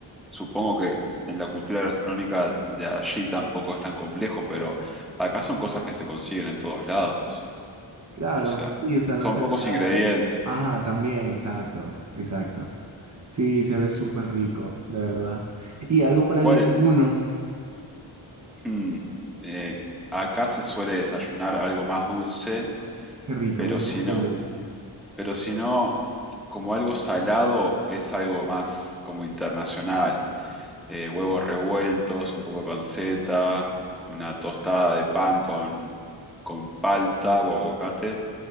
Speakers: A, in the centre; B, on the right.
A: supongo que en la cultura gastronómica de allí tampoco es tan complejo, pero acá son cosas que se consiguen en todos lados.
B: Claro,
A: O sea,
B: sí, o sea, no
A: son
B: se
A: pocos
B: ve nada.
A: ingredientes.
B: Ah, también, exacto, exacto. Sí, se ve súper rico, de verdad. Y algo para
A: ¿Cuál?
B: el desayuno,
A: Hmm, eh, acá se suele desayunar algo más dulce,
B: qué rico,
A: pero
B: a mí me
A: si
B: gusta
A: no.
B: el dulce.
A: Pero si no, como algo salado, es algo más como internacional. Eh, huevos revueltos, un poco de panceta, una tostada de pan con, con palta o aguacate.